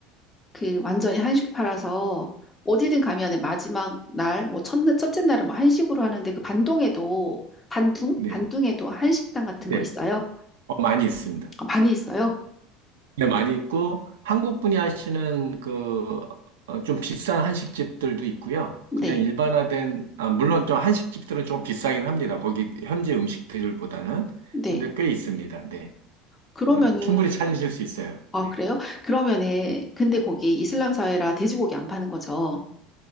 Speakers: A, on the left (about 20°); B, on the right (about 85°).
A: 그 완전히 한식 팔아서 어디든 가면은 마지막 날, 뭐 첫날, 첫째 날은 뭐 한식으로 하는데 그 반동에도 반둥?
B: 네.
A: 반둥에도 한식당 같은
B: 네.
A: 거 있어요.
B: 어, 많이 있습니다.
A: 아, 많이 있어요.
B: 네, 많이 있고 한국 분이 하시는 그 어, 좀 비싼 한식집들도 있고요.
A: 네.
B: 그냥 일반화된 아, 물론 좀 한식집들은 좀 비싸긴 합니다. 거기 현지 음식들보다는
A: 네.
B: 근데 꽤 있습니다. 네,
A: 그러면은
B: 어, 충분히 찾으실 수 있어요.
A: 아,
B: 네,
A: 그래요? 그러면은
B: 네.
A: 근데 거기 이슬람 사회라 돼지고기 안 파는 거죠.